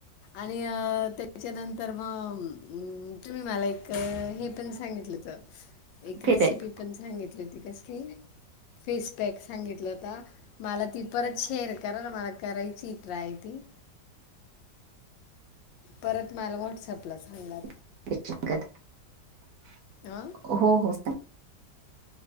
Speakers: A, on the left; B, on the right.
A: आणि अ त्याच्यानंतर मग तुम्ही मला एक हे पण सांगितलं होतं <inaudible> एक
B: फेसपॅक
A: रेसिपी पण सांगितली होती कसली, फेस पॅक सांगितला होता मला ती परत शेअर करा ना मला करायची ट्राय ती. परत मला व्हॉट्सअपला सांगा.
B: <unintelligible>
A: आह
B: हो हो.